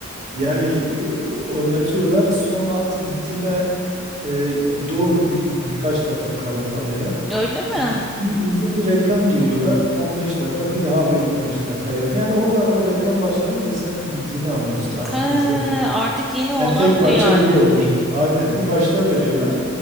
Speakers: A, on the right (about 35°); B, in the centre.
A: Yani e, oynatıyorlar. Son artık bitime e, doğru bir, birkaç dakika kala fa- veya
B: öyle mi?
A: e, bir uzun bir reklam giriyorlar. 15 dakika, bir daha bir 15 dakika yani. Yani orada o reklam başlayınca sen bittiğini anlıyorsun. Artık
B: He,
A: izlemiyorsun.
B: artık yeni olay
A: Yani tek parça
B: bu yani.
A: gibi olmuş. Aynen. Bir başta veriyorlar.